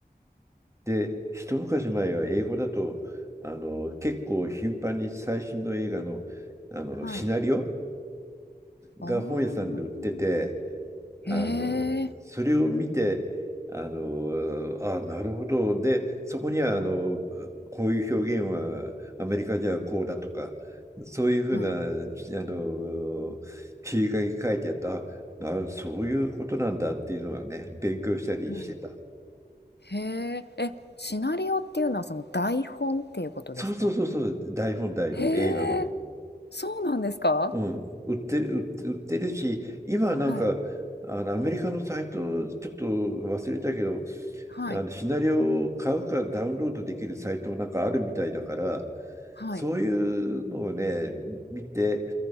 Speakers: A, on the right; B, on the left.
A: で、一昔前は英語だと、あの、結構頻繁に最新の映画の、あの、
B: はい。
A: シナリオ
B: ああ、
A: が本屋さんで売ってて、あの、
B: へえ、
A: それを見て、あの、あ、なるほど。で、そこには、あの、こういう表現はアメリカじゃこうだとか、そういうふうな、
B: はい。
A: ちあの、切り書き書いてあった、あ、なそういうことなんだっていうのはね、勉強したりしてた。
B: はい。へえ、え、シナリオっていうのはその台本っていうことですか？
A: そうそうそうそう、台本、台本、
B: へ
A: 映画の。
B: え、そうなんですか？
A: うん、売ってる、売って売ってるし、今なんか、
B: はい。
A: あのアメリカのサイト、ちょっと忘れたけど、
B: はい。
A: あのシナリオを買うかダウンロードできるサイトもなんかあるみたいだから、
B: はい。
A: そういうのをね、見て、